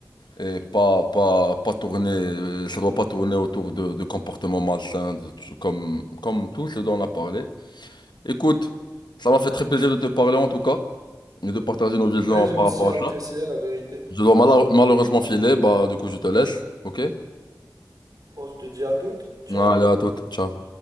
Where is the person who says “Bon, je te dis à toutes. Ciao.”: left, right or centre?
Right